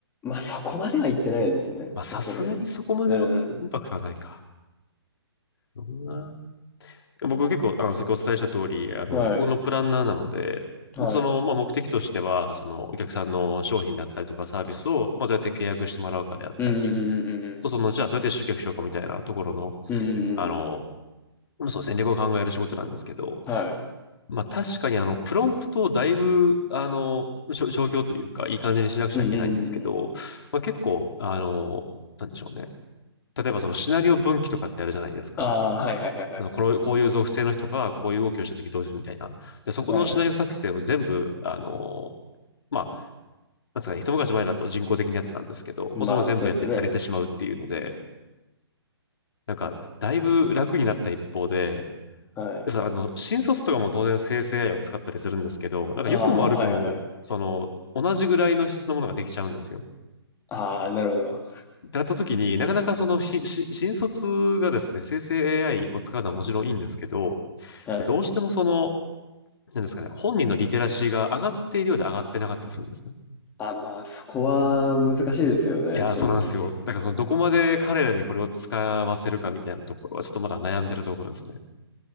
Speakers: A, on the left; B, on the left.
A: そこまでは行ってないですね、
B: まあさすがにそこまでのインパクトはないか。
A: さすがに。うん
B: どんな僕結構、あの、先お伝えした通り、あの、
A: うん。はい。
B: ここのプランナーなので、
A: はい。
B: まあその、まあ、目的としては、その、お客さんの商品だったりとかサービスを、まあ、どうやって契約してもらうかであったり、
A: うんうんうん
B: あとその、じゃあどうやって集客しようかみたいなところの、
A: うんうんうん。
B: あの、
A: うんうんうんうん。
B: そう、戦略を考える仕事なんですけど、
A: はい。
B: まあ、確かに、あの、プロンプトをだいぶ、あの、し消去というか、いい感じにしなくちゃいけないんですけど、
A: うんうんうんうんうん。
B: まあ、結構、あの、なんでしょうね。例えばそのシナリオ分岐とかってあるじゃないですか。
A: ああ、はいはいはいはい。
B: あのこの、こういう属性の人がこういう動きをしたときどうするみたいな。で、そこのシナリオ作成を全部、
A: はいはい。
B: あの、まあ、なんつうかね、一昔前だと人工的にやってたんですけど、もうそれも全部やって、
A: まあまあ、そうですよね。
B: やれてしまうっていうので、なんか、だいぶ楽になった一方で、
A: はい。
B: でさあの、新卒とかも当然生成 AI を使ったりするんですけど、なんか良くも悪くも、
A: ああ、はいはい。
B: その、同じぐらいの質のものができちゃうんですよ。
A: ああ、なるほど。
B: だったときになかなかそのひし新卒がですね、生成 AI を使うのはもちろんいいんですけど、
A: はい。
B: どうしてもその、なんですかね、本人のリテラシーが上がっているようで上がってなかったりするんですね。
A: あ、まあ、そこは難しいですよね、
B: いやー、
A: 正直。
B: そうなんですよ。だからその、どこまで彼らにこれを使わせるかみたいなところは、ちょっとまだ悩んでるところですね。